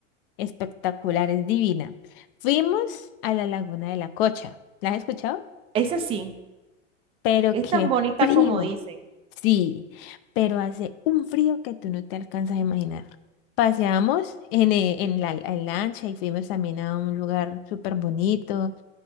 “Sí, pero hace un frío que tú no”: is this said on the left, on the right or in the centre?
Left